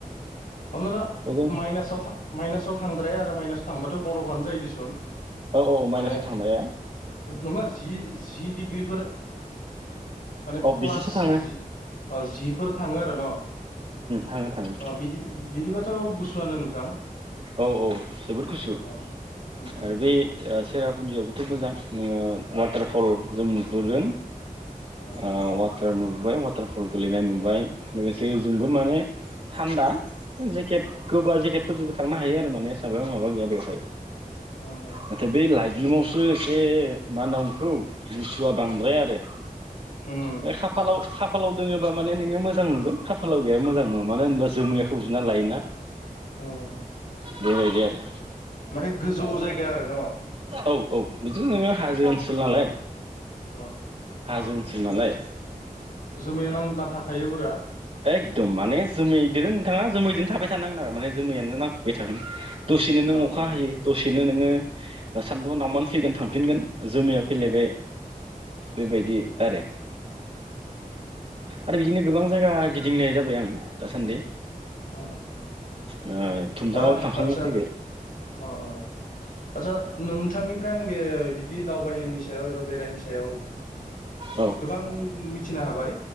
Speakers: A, on the left; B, on the right.
A: हमनाला
B: ओजों
A: माइनासाव था माइनासाव थांद्राया आरो माइनास थांबाथ' बरफफानो जायोदिसुन
B: औ औ माइनासाव
A: माने
B: थांनाया
A: नङा जि जि डिग्रिफोर माने
B: अ बेसेसो
A: प्लास
B: थाङो
A: जि अ जिफोर थाङो आरो न
B: थाङो थाङो
A: बि बिदिबाथ' गुसुआनो नोंथां
B: औ औ जोबोद गुसु
A: अ उम उम
B: आरो बै सेरापुन्जियाव मोजां नोङो वाटारफल जों नुबोदों
A: अ
B: ओ नुबाय वाटारफल गेलेनाय नुबाय लोगोसे ओजोंबो माने थान्दा जेकेट
A: अ
B: गोबा जेकेटफोरजोंबो थांनो हायो आरो माने एसेबां माबा गैया बेवहाय
A: उम उम
B: नाथाय बै लाइटलुमावसो एसे मा होनांगौखौ गुसुआ बांद्राय आरो
A: उम
B: बे खाफालाव खाफ फालाव दोङोबा माने नोङो मोजां नुगोन खाफालाव गैया मोजां नङा मानो होनबा जोमैङा खोबजोबना लायोना।
A: औ
B: बेबायदि आरो
A: माने गोजौ जायगा आरो न'?
B: औ औ बिदि नोङो हाजो ओनसोल नालाय
A: अ
B: हाजो ओनसोल नालाय
A: जोमैया नांना थाखायो उरा
B: एकदम माने जोमैदो नोंथाङा जोमैजोंनो थाबाय थानांगोन आरो माने जोमैयानो नांफाबबाय थागोन दसेनो नों
A: नंगौ
B: अखा हायो दसेनो नोङो सान्दुं नावमान फैगोन थांफिनगोन जोमैया फैलायबाय
A: अ
B: बेबायदि
A: अ
B: आरो आरो बिदिनो गोबां जायगा गिदिंनाय जाबाय आं दासान्दि
A: उ
B: ओ थुमजाङावबो
A: आ
B: थांखांना
A: आतसा
B: फैबाय
A: अ अ आदसा नोंथांनिफ्राय आं बे बिदि दावबायनायनि सायाव एबा बेरायनि सायाव
B: औ
A: गोबां मिथिनो हाबाय